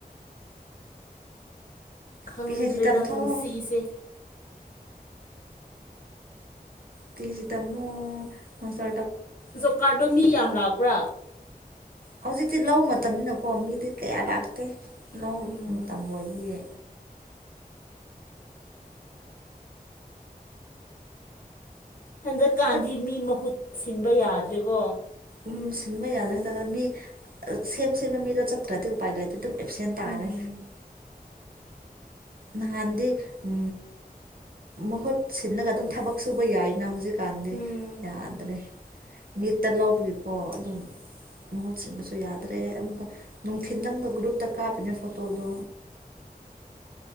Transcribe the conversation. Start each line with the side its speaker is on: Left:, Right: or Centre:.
Left: ꯈꯪꯗ꯭ꯔꯦꯗ
Right: ꯄꯤ ꯍꯩꯆ ꯗꯤ ꯇꯝꯊꯣꯛꯑꯣ
Left: ꯄꯨꯟꯁꯤꯒꯤꯁꯦ
Right: ꯇꯖꯤ ꯇꯃꯣ ꯃꯁꯥ
Left: ꯖꯣꯞꯀꯥꯔꯗꯣ ꯃꯤ ꯌꯥꯝ ꯂꯥꯛꯄ꯭ꯔꯥ
Right: ꯍꯧꯖꯤꯛꯇꯤ ꯂꯧ ꯃꯇꯝꯅꯤꯅꯀꯣ ꯃꯤꯗꯤ ꯀꯌꯥ ꯂꯥꯛꯇꯦ ꯅꯥꯎ
Left: ꯎꯝ
Right: ꯃꯇꯝ ꯑꯣꯏꯕꯒꯤ
Left: ꯍꯟꯗ꯭ꯔꯀꯥꯟꯖꯤ
Right: ꯅꯣꯏ
Left: ꯃꯤ ꯃꯍ ꯁꯤꯟꯕ ꯌꯥꯗ꯭ꯔꯦꯀꯣ
Right: ꯎꯝ ꯁꯤꯟꯕ ꯌꯥꯗꯣꯏ ꯃꯤ ꯁꯦꯝ ꯁꯦꯝꯕ ꯃꯤꯗꯣ ꯆꯠꯇ꯭ꯔꯗꯤ ꯎꯄꯥꯏ ꯂꯩꯇꯦ ꯑꯗꯨꯝ ꯑꯦꯞꯁꯦꯟ ꯇꯅ
Left: ꯎꯝ
Right: ꯅꯍꯥꯟꯗꯤ ꯎ ꯃꯍꯨꯠ ꯁꯤꯜꯂꯒ ꯑꯗꯨꯝ ꯊꯕꯛ ꯁꯨꯕ ꯌꯥꯏꯅ ꯍꯧꯖꯤꯛ ꯀꯥꯟꯗ
Left: ꯎꯝ
Right: ꯌꯥꯗ꯭ꯔꯦ ꯃꯤꯠꯇ ꯂꯧꯕꯒꯤꯀꯣ ꯑꯗꯨꯝ ꯃꯍꯨꯠ ꯁꯤꯟꯕꯁꯨ ꯌꯥꯗ꯭ꯔꯦ ꯑꯃꯨꯛꯀ ꯅꯨꯡꯊꯤꯜ ꯑꯃꯒ ꯒ꯭ꯔꯨꯞꯇ ꯀꯥꯞꯄꯤꯅꯦ ꯐꯣꯇꯣꯗꯣ